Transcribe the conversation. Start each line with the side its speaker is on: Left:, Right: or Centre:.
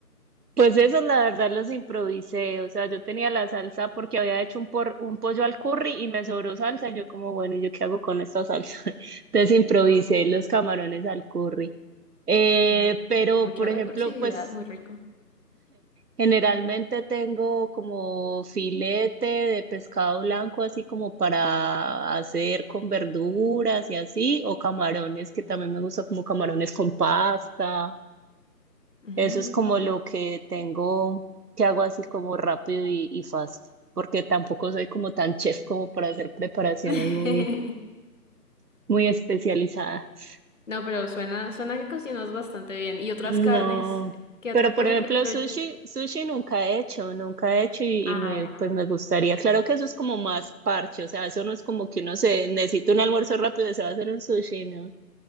Right: Pues eso, la verdad, los improvisé. O sea, yo tenía la salsa porque había hecho un, por, un pollo al curry y me sobró salsa. Y yo como, bueno, ¿y yo qué hago con esta salsa? <laughs> Entonces improvisé
Left: Ah, sí.
Right: los camarones al curry. Eh,
Left: Ah, no,
Right: pero,
Left: pero mucha
Right: por
Left: recursividad,
Right: ejemplo, pues
Left: muy rico.
Right: generalmente tengo como filete de pescado blanco, así como para hacer con verduras y así, o camarones, que también me gusta como camarones con pasta.
Left: Mm.
Right: Eso es como lo que tengo, que hago así como rápido y, y fácil, porque tampoco soy como tan chef como para hacer preparaciones
Left: <laughs>
Right: muy, muy especializadas.
Left: No, pero suena, suena que cocinas bastante bien. ¿Y otras
Right: No,
Left: carnes? ¿Qué otra?
Right: pero por
Left: Porque,
Right: ejemplo
Left: por ejemplo,
Right: sushi, sushi nunca he hecho, nunca he hecho y,
Left: ah,
Right: y me,
Left: bueno.
Right: pues me gustaría. Claro que eso es como más parche, o sea, eso no es como que uno se necesita un almuerzo rápido y se va a hacer un sushi, ¿no?